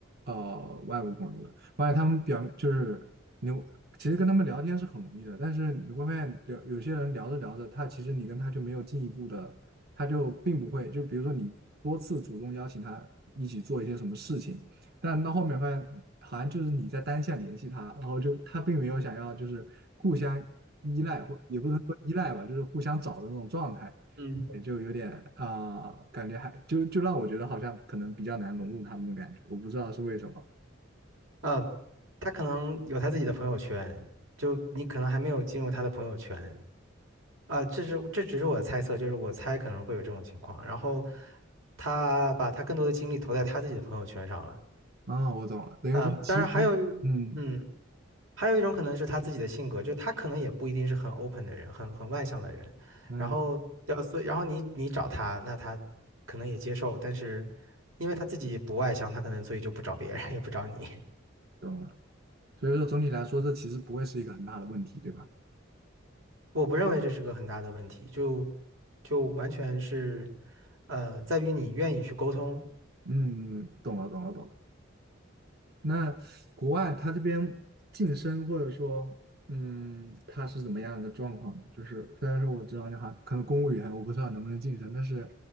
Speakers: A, on the right; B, on the right.
A: 呃外国朋友的，我发现他们表面就是你其实跟他们聊天是很容易的，但是你会发现有有些人聊着聊着，他其实你跟他就没有进一步的，他就并不会，就是比如说你多次主动邀请他一起做一些什么事情，但到后面发现好像就是你在单向联系他，然后就他并没有想要就是互相依赖或也不能说依赖吧，就是互相找的那种状态。
B: 嗯
A: 也就有点啊、呃感觉还就就让我觉得好像可能比较难融入他们的感觉，我不知道是为什么
B: 呃，他可能有他自己的朋友圈，就你可能还没有进入他的朋友圈啊，这是这只是我的猜测，就是我猜可能会有这种情况。然后他把他更多的精力投在他自己的朋友圈上了，
A: 啊，我懂了，等于说其实从嗯
B: 嗯，当然还有一嗯还有一种可能是他自己的性格，就他可能也不一定是很 open 的人，很很外向的人。
A: 嗯
B: 然后要所以，然后你你找他，那他可能也接受，但是因为他自己不外向，他可能所以就不找别人，也不找你。
A: 懂了，所以说总体来说这其实不会是一个很大的问题，对吧？
B: <laughs> 我不认为这是个很大的问题，就就完全是，呃，在于你愿意去沟通，
A: 嗯，懂了懂了懂了。那国外它这边晋升或者说嗯它是怎么样的状况？就是虽然说我知道你好像可能公务员我不知道能不能晋升，但是